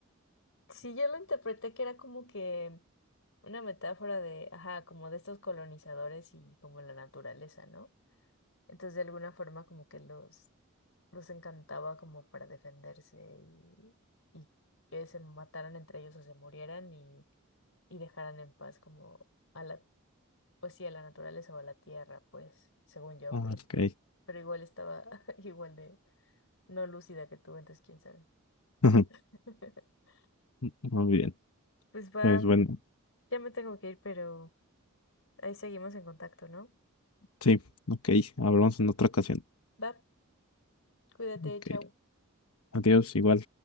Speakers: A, on the left (about 65°); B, on the left (about 85°).
A: Sí, yo lo interpreté que era como que una metáfora de, ajá, como de estos colonizadores y como la naturaleza, ¿no? Entonces, de alguna forma, como que los, los encantaba como para defenderse y, y que se mataran entre ellos o se murieran y, y dejaran en paz como a la, pues sí, a la naturaleza o a la tierra, pues, según yo,
B: Ah,
A: pero,
B: ok.
A: pero igual estaba <laughs> igual de no lúcida que tú, entonces, quién sabe.
B: <laughs>
A: <laughs>
B: Muy bien.
A: Pues va,
B: Pues bueno,
A: ya me tengo que ir, pero ahí seguimos en contacto, ¿no?
B: sí, ok, hablamos en otra ocasión.
A: Va, cuídate,
B: Ok,
A: chao.
B: adiós, igual.